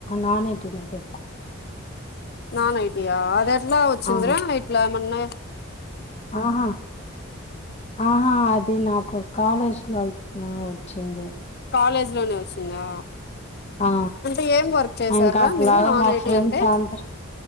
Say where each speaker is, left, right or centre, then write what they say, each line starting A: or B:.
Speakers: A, on the left (about 30°); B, on the left (about 50°).
A: నాన్ ఐటీ లో చేసా
B: నాన్ ఐటి ఆ అది ఎట్లా వచ్చిందరా
A: ఆ
B: ఇట్లా ఎమన్న
A: ఆహా ఆహా అది నాకు ఒక కాలేజ్ లో అయితే వచ్చింది.
B: కాలేజ్ లోనే వచ్చిందా.
A: ఆ
B: అంటే ఏం వర్క్ చేసారూ
A: ఇంకా
B: రా
A: అట్లాగా
B: మీరు నాన్
A: మా
B: ఐటి
A: ఫ్రెండ్స్
B: అంటే
A: అందరు